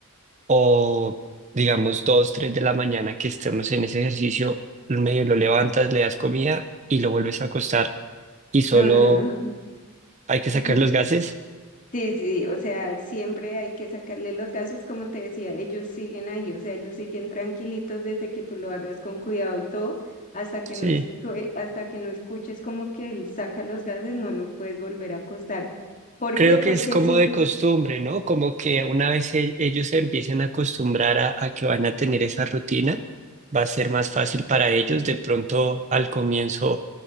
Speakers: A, on the right (about 30°); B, on the left (about 35°).
A: o digamos dos, tres de la mañana que estemos en ese ejercicio, medio lo levantas, le das comida y lo vuelves a acostar y solo
B: No, no, no.
A: hay que sacar
B: <laughs>
A: los gases.
B: Sí, sí, o sea, siempre hay que sacarle los gases, como te decía, ellos siguen ahí, o sea, ellos siguen tranquilitos desde que tú lo hagas con cuidado y todo, hasta que
A: Sí.
B: no es, eh, hasta que no escuches como que él saca los gases, no lo puedes volver a acostar. ¿Por
A: Creo
B: qué? Porque
A: que es como
B: si
A: de costumbre, ¿no? Como que una vez e- ellos se empiecen a acostumbrar a, a que van a tener esa rutina, va a ser más fácil para ellos. De pronto al comienzo